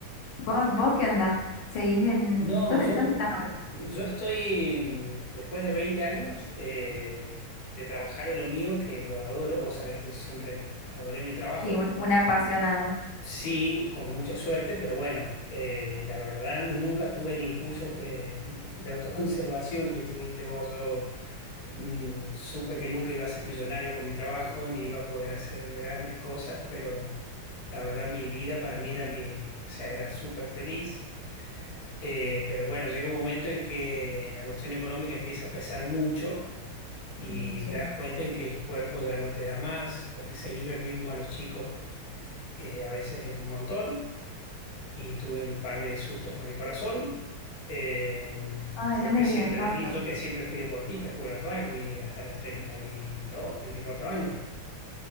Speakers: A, on the left; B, on the left.
A: ¿Vos, vos qué andás? ¿Seguís en...
B: No,
A: ¿Dónde,
B: yo,
A: dónde estás ahora?
B: yo estoy, mm, después de 20 años eh, de trabajar de lo mío, que lo adoro, vos sabés que siempre adoré mi trabajo.
A: Sí, un, un apasionado.
B: Sí, con mucha suerte, pero bueno, eh, la verdad nunca tuve el impulso eh, de autoconservación que tuviste vos. Yo mm, supe que nunca iba a ser millonario con mi trabajo, ni iba a poder hacer grandes cosas, pero la verdad mi vida para mí era mi, o sea, era súper feliz. Eh, pero bueno, llega un momento en que la cuestión económica empieza a pesar mucho y
A: Mm, Sí.
B: te das cuenta en que el cuerpo ya no te da más, porque seguirle el ritmo a los chicos eh, a veces es un montón y tuve un par de sustos con el corazón. Eh,
A: Ay,
B: yo
A: no
B: que
A: me digas,
B: siempre,
A: Pablo.
B: y yo que siempre fui deportista, jugué al rugby hasta los treinta treinta y dos, treinta y cuatro años.